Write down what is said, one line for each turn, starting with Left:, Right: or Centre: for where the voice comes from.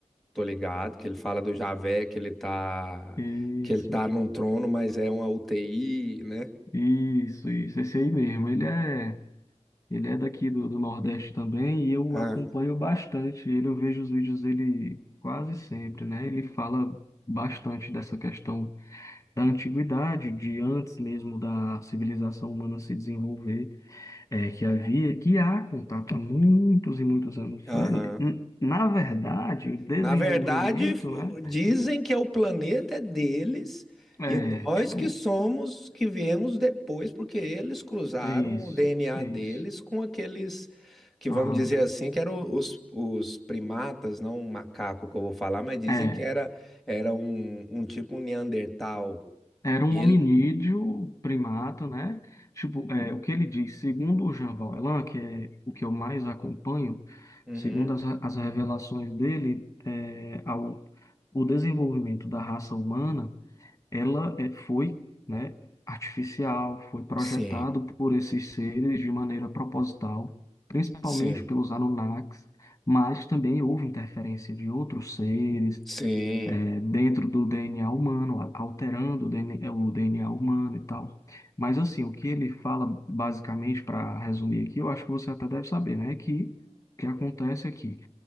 Centre: tô ligado, que ele fala do Javé, que ele tá,
Left: Isso,
Centre: que ele tá num trono, mas é uma UTI, né?
Left: isso, isso. Esse aí mesmo. Ele é, ele é daqui do, do Nordeste também e eu
Centre: Ah,
Left: acompanho bastante. Ele, eu vejo os vídeos dele quase sempre, né? Ele fala bastante dessa questão da antiguidade, de antes mesmo da civilização humana se desenvolver, é, que havia, que há contato há muitos e muitos anos,
Centre: aham.
Left: né? N- Na verdade, o desenvolvimento,
Centre: Na verdade, f-
Left: né?
Centre: dizem que é o planeta é deles
Left: É,
Centre: e nós
Left: tipo,
Centre: que somos, que viemos depois, porque eles cruzaram
Left: isso,
Centre: o DNA
Left: isso.
Centre: deles com aqueles que,
Left: Aham.
Centre: vamos dizer assim, que eram os, os primatas, não o macaco que eu vou falar, mas dizem
Left: É.
Centre: que era, era um, um tipo um Neandertal.
Left: Era um
Centre: E
Left: hominídeo,
Centre: ele.
Left: primata, né? Tipo, é, o que ele diz, segundo o Jean Valjean, que é o que eu mais acompanho,
Centre: Uhum.
Left: segundo as, as revelações dele, é, ao, o desenvolvimento da raça humana, ela é, foi, né, artificial, foi projetado
Centre: Sim,
Left: por esses seres de maneira proposital, principalmente
Centre: sim,
Left: pelos Anunnakis, mas também houve interferência de outros seres,
Centre: sim,
Left: é, dentro do DNA humano, a- alterando o DNA, o DNA humano e tal. Mas assim, o que ele fala basicamente, para resumir aqui, eu acho que você até deve saber, né? Que o que acontece aqui?